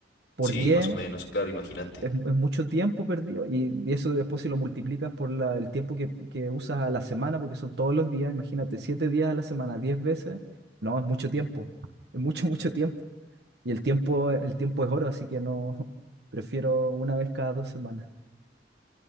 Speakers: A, on the right (about 65°); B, on the left (about 80°).
A: por
B: Sí,
A: 10
B: más o menos, claro, imagínate.
A: es, mu- es mucho tiempo perdido y, y eso después si lo multiplicas por la- el tiempo que, que usas a la semana, porque son todos los días, imagínate, 7 días a la semana, 10 veces, no, es mucho tiempo, es mucho, mucho tiempo y el tiempo, el tiempo es oro, así que no, <laughs> prefiero una vez cada dos semanas.